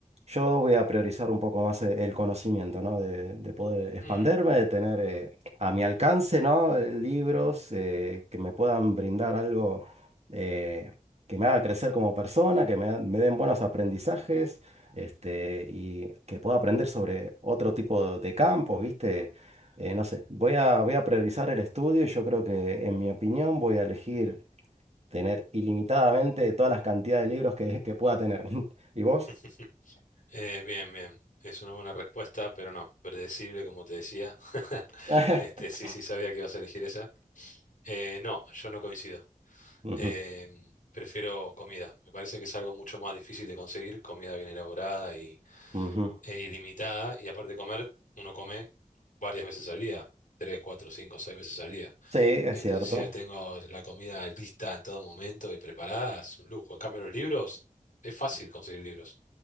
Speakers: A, on the right (about 50°); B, on the left (about 65°).
A: Yo voy a priorizar un poco más eh, el conocimiento, ¿no? De, de poder expanderme,
B: Mm.
A: de tener eh, a mi alcance, ¿no? Eh, Libros eh, que me puedan brindar algo eh, que me haga crecer como persona, que me, me den buenos aprendizajes, este, y que pueda aprender sobre otro tipo de campos, ¿viste? Eh, no sé, voy a, voy a priorizar el estudio y yo creo que, en mi opinión, voy a elegir tener ilimitadamente todas las cantidades de libros que, que pueda tener. <laughs> ¿Y vos?
B: <laughs> Eh, bien, bien. Es una buena respuesta, pero no, predecible, como te decía. <laughs>
A: <laughs>
B: Este, sí, sí, sabía que ibas a elegir esa. Eh, no, yo no coincido.
A: Ujú.
B: Eh, prefiero comida. Me parece que es algo mucho más difícil de conseguir, comida bien elaborada y,
A: Ujú.
B: e ilimitada. Y aparte de comer, uno come varias veces al día, tres, cuatro, cinco, seis veces al día.
A: Sí, es
B: Entonces,
A: cierto.
B: si ya tengo la comida lista en todo momento y preparada, es un lujo. En cambio, los libros, es fácil conseguir libros.